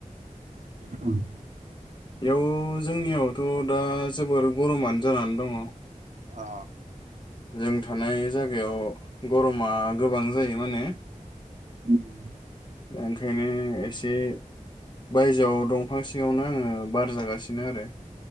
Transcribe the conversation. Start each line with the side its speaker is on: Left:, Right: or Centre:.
Right: उम्म
Left: बेयाव जोंनियावथ दा जोबोर गरमानो जानानै दंङ ।
Right: अ
Left: जों थानाय जागायाव गरमा गोबां जायो माने
Right: उम्म
Left: दा ओंखायनो एसे बायजोआव दंफां सिङावनो आंङो बार जागासिनो आरो ।